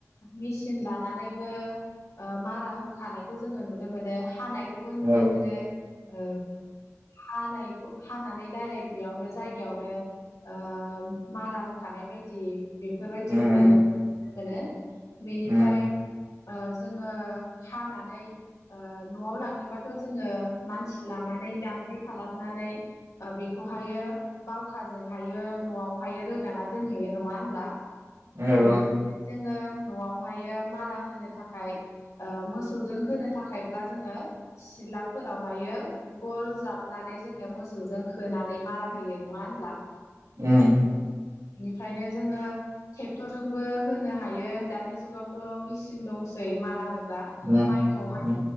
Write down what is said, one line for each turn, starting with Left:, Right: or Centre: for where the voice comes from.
Left: मेसिन लानानैबो ओ मारा होखानायखौ जोङो नुनो मोनो हानायखौबो नुनो
Right: औ
Left: मोनो औ हानायखौ हानानै डाइरेक्ट बेयावनो जायगायावनो ओ मारा होखानाय बायदि बेफोरबायदिखौबो
Right: उम औ
Left: मोनो बेनिफ्राय
Right: औ
Left: ओ जोङो हानानै ओ न'आव लांनोबाथ' जोङो मानसि लानानै दांग्रि खालामनानै ओ बे खौहायो बावखाजोंहायो न'आवहायो रोगाना दोनहैयो नङा होनब्ला?
Right: औ
Left: बे
Right: ओं।
Left: जोङो न'आवहायो मारा होनो थाखाय ओ मोसौजों होनो थाखायब्ला जोङो सिलाफोरावहायो गल जाबनानै जोङो मोसौजों होनानै मारा होयो नङा होनब्ला
Right: उम
Left: बेनिफ्रायनो जोङो ट्रेक्टर जोंबो होनो हायो दानि जुगावथ' मेसिन दंसै मारा होग्रा
Right: उम
Left: माइखौ
Right: उम